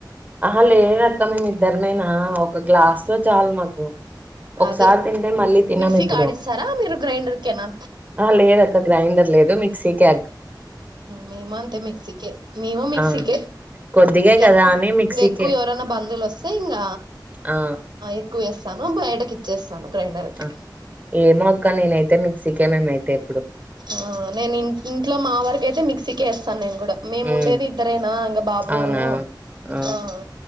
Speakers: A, on the right; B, on the right.
A: అహ లేదక్క మేమిఇద్దరమేనా ఒక గ్లాస్ లో చాలు మాకు ఒకసారి
B: అదే
A: తింటే మళ్ళీ తినమిప్పుడు.
B: మిక్సీకి ఆడిస్తారా మీరు గ్రైండర్కేనా
A: ఆ లేద అక్క గ్రైండర్ లేదు మిక్సీకి
B: మేమా అంతే మిక్సకే మేము మిక్సికే
A: ఆ! కొద్దిగే కదా
B: ఎక్కువ
A: అని మిక్సీకే.
B: ఇంక ఎక్కువ ఎవరైనా బంధువులు వస్తే ఇంగ
A: ఆ!
B: ఎక్కువ వేస్తాను బయటకిఇ చేస్తాను గ్రైండర్ కి
A: ఆ! ఏమో అక్క నేనైతే మిక్సీకే మేమైతే ఎప్పుడు
B: ఆఁ నేన్ ఇంట్ ఇంట్లో మా వరకయితే మిక్సీకే ఏస్తాన్ నేం గుడ మేముండేది
A: హ్మ్.
B: ఇద్దరేనా ఇంగ బాబ్ వోనూ
A: అవునా? ఆ!
B: ఆఁ